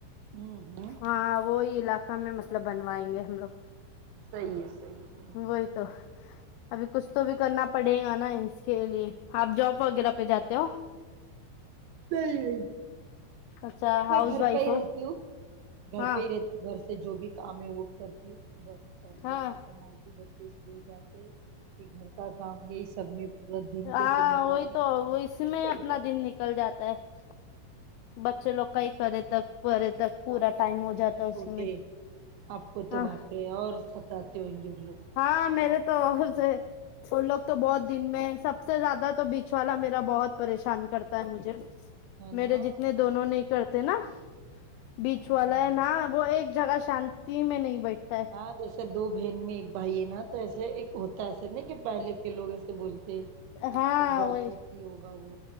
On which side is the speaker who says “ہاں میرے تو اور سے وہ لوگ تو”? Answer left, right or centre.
Left